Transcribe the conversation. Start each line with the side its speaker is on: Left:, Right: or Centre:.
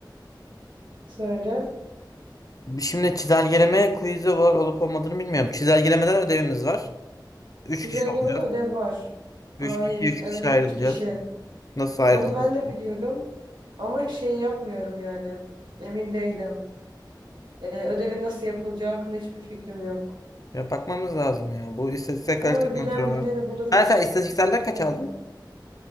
Right: Söyle.
Left: Şimdi çizelgeleme quiz'i var olup olmadığını bilmiyorum. Çizelgelemeden ödevimiz var. 3
Right: Çizelgemede
Left: kişi olacağız.
Right: ödev var.
Left: Üç
Right: Hayır.
Left: kişi üç
Right: Evet,
Left: kişi
Right: üç
Left: ayrılacağız.
Right: kişi.
Left: Nasıl ayrılacağız?
Right: Onu ben de biliyorum. Ama şey yapmıyorum yani. Emin değilim. Ee, ödevin nasıl yapılacağı hakkında hiçbir fikrim yok.
Left: Ya bakmamız lazım ya. Bu istatistiksel
Right: Ama
Left: kalite
Right: bir bilen
Left: kontrolü.
Right: birilerini
Left: var.
Right: buluruz.
Left: Ha sen istatistikselden kaç
Right: Aynen.
Left: aldın?